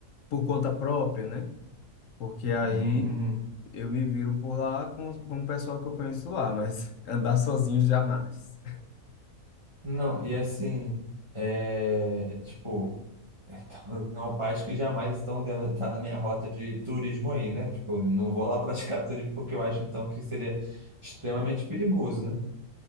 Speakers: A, on the left; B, on the right.
A: por conta própria, né? Porque aí
B: Uhum, uhum.
A: eu me viro por lá com, com o pessoal que eu conheço lá, mas <laughs> andar sozinho jamais.
B: Não, e assim, é, tipo, então, <laughs> são pais que jamais estão, devem estar na minha rota de turismo aí, né? Tipo, não vou lá praticar turismo porque eu acho então que seria extremamente perigoso, né?